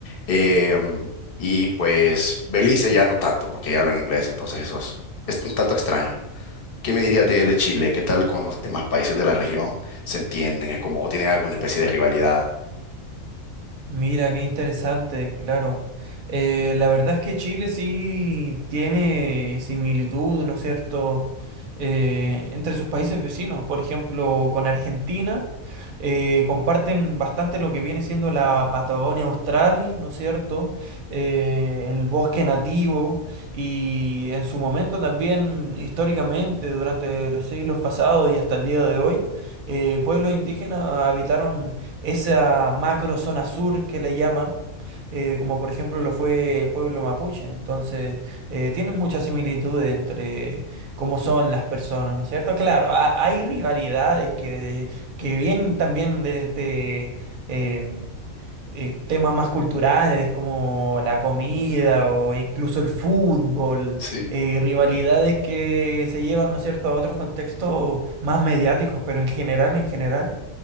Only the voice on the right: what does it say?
Mira, qué interesante, claro. Eh, la verdad es que Chile sí tiene similitud, ¿no es cierto?, eh, entre sus países vecinos. Por ejemplo, con Argentina eh, comparten bastante lo que viene siendo la Patagonia Austral, ¿no es cierto?, eh, el bosque nativo y en su momento también históricamente, durante los siglos pasados y hasta el día de hoy, eh, pueblos indígenas habitaron esa macro zona sur que le llaman, eh, como por ejemplo lo fue el pueblo mapuche. Entonces, eh, tienen muchas similitudes entre cómo son las personas, ¿no es cierto? Claro, ha- hay rivalidades que, que vienen también desde eh, eh, temas más culturales como la comida o incluso el fútbol,
eh, rivalidades que se llevan, ¿no es cierto?, a otros contextos más mediáticos, pero en general, en general.